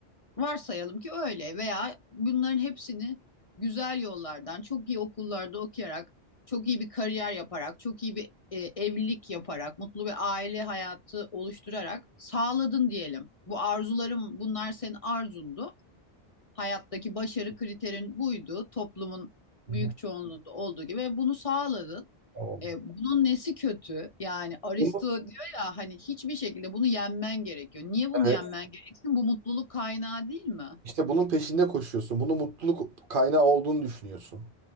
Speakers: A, on the left; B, on the right.
A: Varsayalım ki öyle veya bunların hepsini güzel yollardan, çok iyi okullarda okuyarak, çok iyi bir kariyer yaparak, çok iyi bir e, evlilik yaparak, mutlu bir aile hayatı oluşturarak sağladın diyelim. Bu arzularım, bunlar senin arzundu. Hayattaki başarı kriterin buydu. Toplumun
B: Hı
A: büyük
B: hı.
A: çoğunluğunda olduğu gibi ve bunu sağladın.
B: Tamam.
A: E, bunun nesi kötü? Yani Aristo
B: Bunu,
A: diyor ya hani hiçbir şekilde bunu yenmen gerekiyor. Niye bunu
B: evet.
A: yenmen gereksin? Bu mutluluk kaynağı değil mi?
B: İşte bunun peşinde koşuyorsun. Bunu mutluluk kaynağı olduğunu düşünüyorsun.